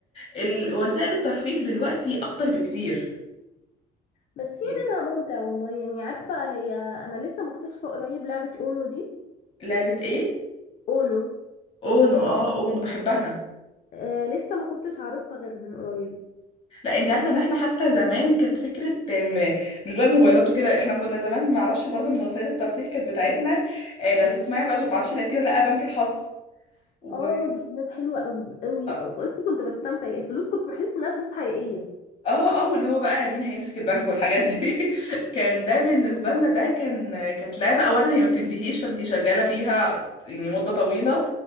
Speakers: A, on the left (about 35°); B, on the left (about 50°).
A: ال... وسائل الترفيه دلوقتي أكتر بكتير
B: بس في
A: يب.
B: منها ممتع والله يعني عارفة هي أنا لسه مكتشفة قريب لعبة أونو دي
A: لعبة ايه؟
B: أونو
A: اونو اه اونو بحبها
B: آه لسه ما كنتش أعرفها غير من قريب
A: لا انت عارفه ان احنا حتى زمان كانت فكره م- مش بقى الموبايلات وكده احنا كنا زمان ما اعرفش برضو من وسائل الترفيه كانت بتاعتنا آه، لو تسمعي بقى ما اعرفش لعبتيه ولا لا بنك الحظ و
B: اه دي كانت حلوة قوي قوي
A: اه
B: قوي بس كنت بستمتع الفلوس كنت بحس إنها فلوس حقيقية
A: اه آه، واللي هو بقى مين هيمسك البنك والحاجات دي <laughs> كان ده بالنسبه لنا ده كان كانت لعبه اولا هي ما بتنتهيش فانت شغاله فيها يعني مده طويله